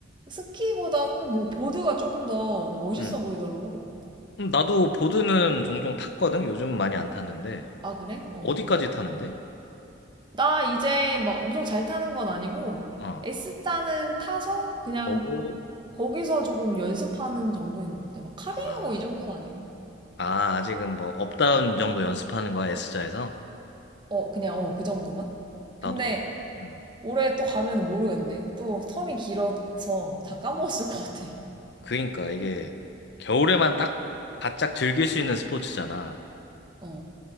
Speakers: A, on the right (about 25°); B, on the left (about 55°).
A: 스키보다 뭐 보드가 조금 더뭐 멋있어
B: 음.
A: 보이더라고.
B: 음, 나도 보드는 종종 탔거든? 요즘 많이 안 탔는데.
A: 아, 그래? 어.
B: 어디까지 타는데?
A: 나 이제 막 엄청 잘 타는 건 아니고
B: 어.
A: S자는 타서 그냥
B: 오.
A: 거기서 조금 연습하는 정도인 것 같아. 막 카빙하고
B: 아,
A: 이 정도는 아니고.
B: 아, 아직은 뭐, 업다운 정도 연습하는 거야, S자에서?
A: 어, 그냥 어, 그 정도만? 근데
B: 나도. 음.
A: 올해 또 가면 모르겠네. 또 텀이 길어서 다 까먹었을 것 같아.
B: 그러니까 이게 겨울에만 딱 바짝 즐길 수 있는 스포츠잖아.
A: 어.